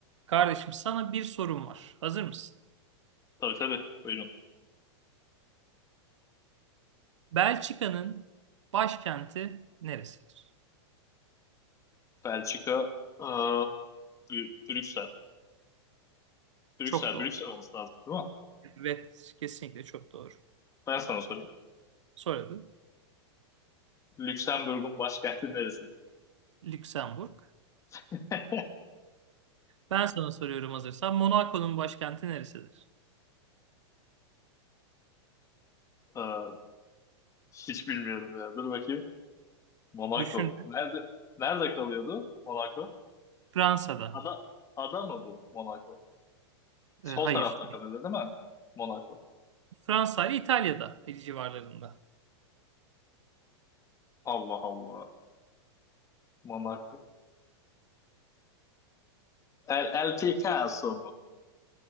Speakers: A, on the right; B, on the left.
A: Kardeşim sana bir sorum var. Hazır mısın?
B: Tabii tabii. Buyurun.
A: Belçika'nın başkenti neresidir?
B: Belçika, aa, Brü- Brüksel. Brüksel,
A: Çok doğru.
B: Brüksel olması lazım değil mi?
A: Evet, kesinlikle çok doğru.
B: Ben sana sorayım.
A: Soradı.
B: Lüksemburg'un başkenti neresidir?
A: Lüksemburg.
B: <laughs>
A: Ben sana soruyorum hazırsan. Monaco'nun başkenti neresidir?
B: Aa, hiç bilmiyorum ya. Dur bakayım. Monaco.
A: Düşün.
B: Nerede nerede kalıyordu Monaco?
A: Fransa'da.
B: Ada ada mı bu Monaco? Sol
A: E, hayır.
B: tarafta kalıyordu değil mi? Monaco.
A: Fransa ile İtalya'da e, civarlarında.
B: Allah Allah. Monaco. El El Picasso mu?